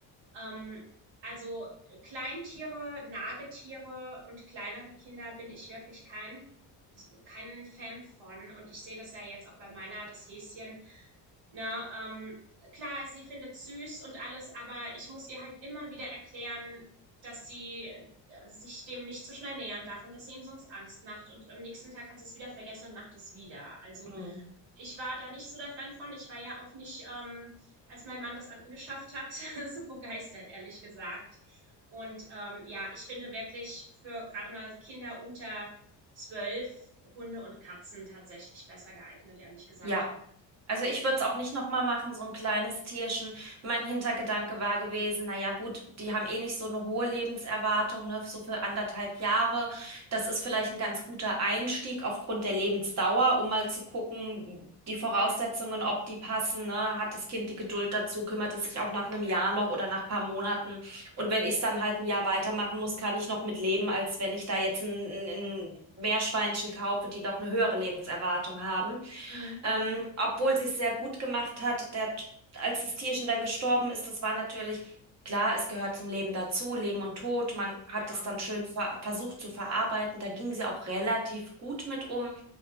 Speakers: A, on the right (about 80°); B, on the right (about 35°).
A: Ähm, also Kleintiere, Nagetiere und kleinere Kinder bin ich wirklich kein kein Fan von und ich sehe das ja jetzt auch bei meiner, das Häschen. Ne, ähm, klar, sie findet süß und alles, aber ich muss ihr halt immer wieder erklären, dass sie äh, sich dem nicht zu schnell nähern darf und dass sie ihm sonst Angst macht und am nächsten Tag hat sie es wieder vergessen und macht es wieder. Also
B: hm,
A: ich war da nicht so der Fan von. Ich war ja auch nicht, ähm, als mein Mann das angeschafft hat, <laughs> so begeistert, ehrlich gesagt. Und ähm, ja, ich finde wirklich für gerade mal Kinder unter zwölf Hunde und Katzen tatsächlich besser geeignet, ehrlich gesagt.
B: ja. Also ich würde es auch nicht nochmal machen, so ein kleines Tierchen. Mein Hintergedanke war gewesen, naja gut, die haben eh nicht so eine hohe Lebenserwartung, ne, so für anderthalb Jahre. Das ist vielleicht ein ganz guter Einstieg aufgrund der Lebensdauer, um mal zu gucken, die Voraussetzungen,
A: Ja.
B: ob die passen, ne? Hat das Kind die Geduld dazu, kümmert es sich auch nach einem Jahr noch oder nach paar Monaten. Und wenn ich es dann halt ein Jahr weitermachen muss, kann ich noch mit leben, als wenn ich da jetzt ein, ein Meerschweinchen kaufe, die doch eine höhere Lebenserwartung haben.
A: Mhm.
B: Ähm, obwohl sie es sehr gut gemacht hat, der, als das Tierchen dann gestorben ist, das war natürlich klar, es gehört zum Leben dazu, Leben und Tod. Man hat
A: Ja.
B: das dann schön ver versucht zu verarbeiten. Da ging sie auch relativ gut mit um.